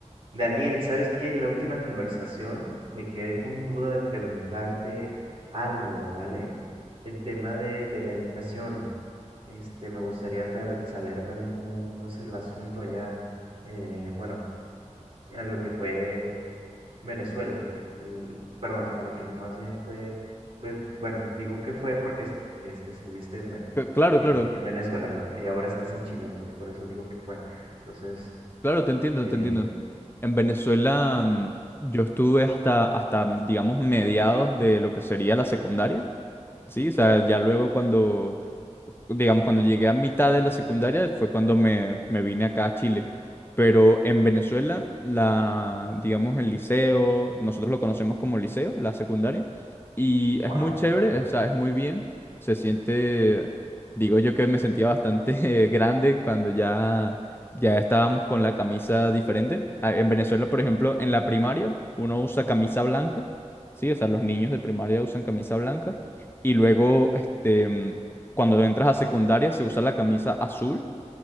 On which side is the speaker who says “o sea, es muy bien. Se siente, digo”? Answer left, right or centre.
Left